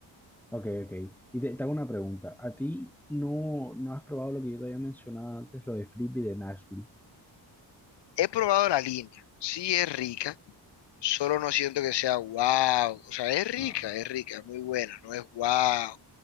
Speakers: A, in the centre; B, on the left.
A: ok, ok. Y te, te hago una pregunta. ¿A ti no, no has probado lo que yo te había mencionado antes, lo de Frisbee de Nashville?
B: He probado la línea, sí es rica solo no siento que sea wow. O sea, es rica,
A: Ah,
B: es rica, muy buena, no es wow.